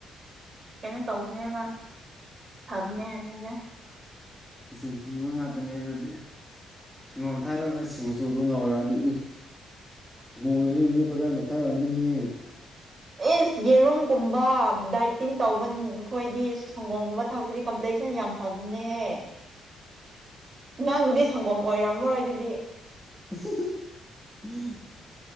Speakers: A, on the right; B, in the centre.
A: ꯀꯩꯅꯣ ꯇꯧꯕꯅꯦꯕ ꯐꯕꯅꯦ ꯍꯥꯏꯕꯅꯤꯅ
B: ꯖꯦꯟꯗꯤꯕ ꯉꯥꯗꯅꯦ ꯑꯗꯨꯗꯤ ꯁꯤꯡꯒꯣꯝ ꯊꯥꯑꯔꯣꯢ ꯑꯩꯁ ꯃꯆꯨꯗꯣ ꯉꯧꯔꯛꯑꯗꯤ ꯏ ꯃꯨꯕ ꯃꯤꯖꯤꯡꯖꯤ ꯐꯖꯅ ꯊꯛꯑꯝꯅꯤꯍꯦ
A: ꯑꯤꯁ ꯌꯦꯔꯨꯝꯒꯨꯝꯕ ꯗꯥꯏꯇꯤꯡ ꯇꯧꯕ ꯑꯩꯈꯣꯏꯗꯤ ꯁꯪꯒꯣꯝꯒꯨꯝꯕ ꯊꯛꯄꯗꯤ ꯀꯝꯄ꯭ꯂꯦꯛ ꯁꯟ ꯌꯥꯝ ꯐꯕꯟꯅꯦꯍꯦ ꯅꯪꯗꯨꯗꯤ ꯁꯪꯒꯣꯝ ꯑꯣꯏꯔꯝꯃꯔꯣꯏ ꯑꯗꯨꯗꯤ
B: <inaudible>